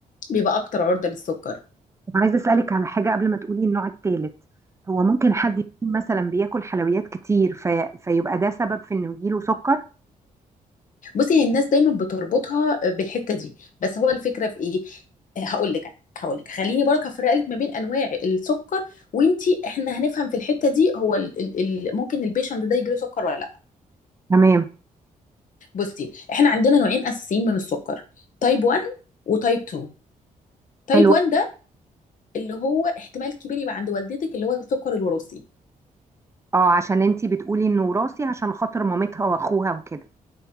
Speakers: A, on the left; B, on the right.
A: بيبقى اكتر عرضه للسكر
B: طب عايزه اسالك على حاجه قبل ما تقولي النوع الثالث هو ممكن حد يكون مثلا بياكل حلويات كتير في... فيبقى ده سبب في انه يجيله سكر
A: بصي هي الناس دايما بتربطها بالحته دي بس هو الفكره في ايه هقول لك انا هقول لك خليني برك هفرق لك ما بين انواع السكر وانتي احنا هنفهم في الحته دي هو ال ال ال ممكن البيشنت ده يجيله سكر ولا لا
B: تمام
A: بصي احنا عندنا نوعين اساسيين من السكر تايب 1 وتايب 2 تايب
B: حلو
A: 1 ده اللي هو احتمال كبير يبقى عند والدتك اللي هو السكر الوراثي
B: اه عشان انتي بتقولي انه وراثي عشان خاطر مامتها واخوها وكده